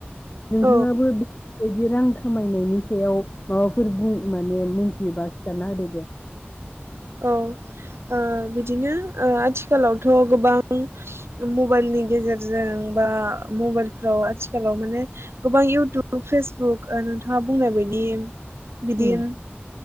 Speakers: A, on the left; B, on the right.
A: नोंथाङाबो
B: औ
A: बेबायदि रां खामायनायनि सायाव माबाफोर बुं माने मोनथियोबा खिथाना होदो दे
B: औ ओ बिदिनो ओ आथिखालावथ गोबां मबाइलनि गेजेरजों बा मबाइलफ्राव आथिखालाव माने गोबां इउटुब फेसबुक ओ नोंथाङा बुंनाय बायदि बिदिं
A: उम